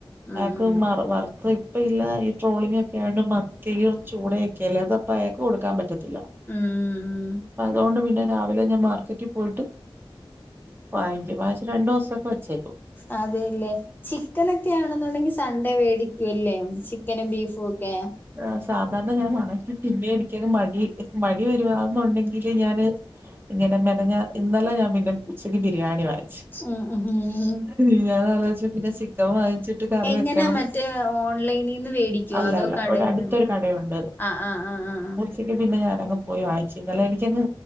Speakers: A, on the left; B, on the right.
A: ഉം
B: അതൊക്കെ
A: ഉം
B: മാറി മാറി അത് ഇപ്പം ഇല്ല ഈ ട്രോളിങ്ങ് ഒക്കെ ആയോണ്ട് മത്തിയും ചൂടയൊക്കെയല്ലേ അതപ്പം അയാക്ക് കൊടുക്കാൻ പറ്റത്തില്ല
A: ഉം ഉം
B: അതുകൊണ്ട് പിന്നെ രാവിലെ ഞാൻ മാർക്കറ്റിൽ പോയിട്ട് വാങ്ങിച്ച് വാങ്ങിച്ച് രണ്ടു ദിവസൊക്കെ വെച്ചേക്കും
A: അതേല്ലേ ചിക്കനൊക്കെയാണെന്നുണ്ടെങ്കിൽ സൺഡേ മേടിക്കൂല്ലേ ചിക്കനും ബീഫും ഒക്കെ
B: ആഹ് സാധാരണ ഞാൻ <unintelligible> പിന്നെ എനിക്ക് മടി മടി വരുവാന്നുണ്ടെങ്കില് ഞാന് ഇങ്ങനെ മെനഞ്ഞാ ഇന്നലെ ഞാൻ പിന്നെ ഉച്ചക്ക് ബിരിയാണി വാങ്ങി
A: <unintelligible>
B: മിനിഞ്ഞാന്ന് ആലോചിച്ച് പിന്നെ ചിക്കൻ വാങ്ങിച്ചിട്ട് കറി
A: എങ്ങനാ
B: വെക്കണം
A: മറ്റേ ഓൺലൈനിന്ന് വേടിക്കുവോ
B: അല്ല
A: അതോ
B: അല്ല
A: കടേന്ന്
B: ഇവടെ അടുത്തൊരു കടയുണ്ട്
A: ആഹ് ആഹ് ആഹ്
B: പിന്നെ പിന്നെ ഞാനങ്ങ് പോയി വാങ്ങിച്ച് ഇന്നലെ എനിക്കങ്ങ്